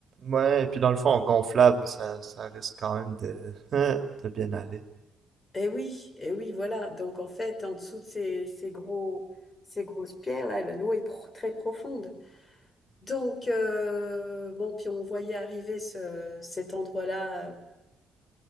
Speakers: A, on the right (about 50°); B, on the left (about 30°).
A: Ouais, et puis dans le fond, gonflable, ça, ça risque quand même de, <laughs> de bien aller.
B: Eh oui, eh oui, voilà. Donc en fait, en dessous de ces, ces gros, ces grosses pierres-là, eh ben, l'eau est pro- très profonde. Donc, euh, bon, puis on voyait arriver ce- cet endroit-là